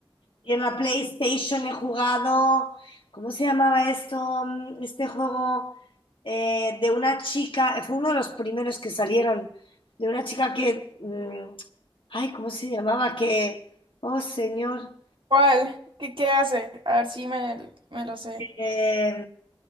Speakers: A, on the left; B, on the right.
A: Y en la PlayStation he jugado, ¿cómo se llamaba esto? Mm, Este juego eh, de una chica, fue uno de los primeros que salieron, de una chica que, mm, ay, ¿cómo se llamaba? Que, oh señor,
B: ¿Cuál? ¿Qué, qué hace? A ver si me, me lo sé.
A: eh,